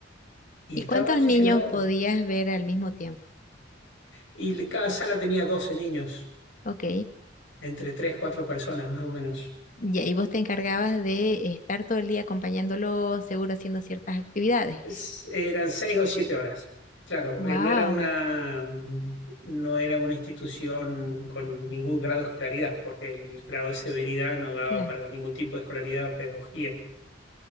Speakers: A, on the left; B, on the left.
A: Y
B: ¿Y
A: estaba
B: cuántos
A: obsesionado.
B: niños podías ver al mismo tiempo?
A: Y le- cada sala tenía 12 niños,
B: Ok,
A: entre 3 4 personas más o menos.
B: Ya, y ahí vos te encargabas de estar todo el día acompañándolo, seguro haciendo ciertas actividades.
A: Es- Eran seis o siete horas. Claro,
B: Wow,
A: eh, no era una, mm, no era una institución con ningún grado de escolaridad, porque el grado de severidad no daba
B: claro,
A: para ningún tipo de escolaridad, pedagogía.